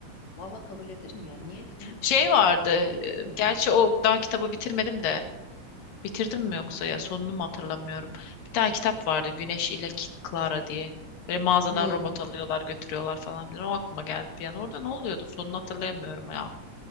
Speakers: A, on the left; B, on the left.
A: Valla kabul ederim ya. Niye etmeyeyim ki?
B: Şey vardı.
A: Ederim
B: e,
A: ya.
B: Gerçi o daha kitabı bitirmedim de. Bitirdim mi yoksa ya sonunu mu hatırlamıyorum. Bir tane kitap vardı Güneş ile K- Clara diye. Böyle mağazadan
A: Hmm.
B: robot alıyorlar götürüyorlar falan filan. O aklıma geldi bir an. Orada ne oluyordu? Sonunu hatırlayamıyorum ya.